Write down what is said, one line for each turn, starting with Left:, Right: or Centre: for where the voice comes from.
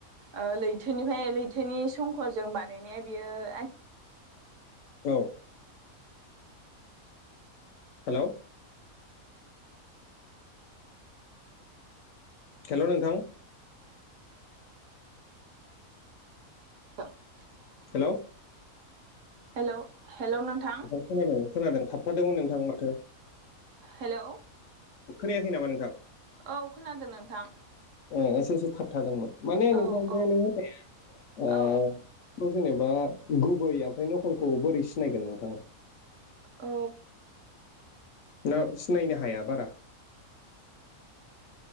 Right: ओ लैथोनिफ्राय लैथोनि संखजों बानायनाया बियो आइ।
Left: औ हेलौ। हेलौ नोंथां‌
Right: <inaudible>
Left: हेलौ।
Right: हेलौ हेलौ नोंथां।
Left: खोनादों खोनादों थाबथादोंमोन नोंथां माथो।
Right: हेलौ।
Left: खोनायाखै नामा नोंथां।
Right: औ खोनादों नोंथां।
Left: ओ एसे एसे थाबथादोंमोन माने
Right: औ
Left: नोंथां
Right: औ
Left: बे नोङो ओ।
Right: औ
Left: जेनेबा गुबै ओमफ्राय नखलखौ बोरै सिनायगोन नोंथां।
Right: औ।
Left: ना सिनायनो हाया बारा।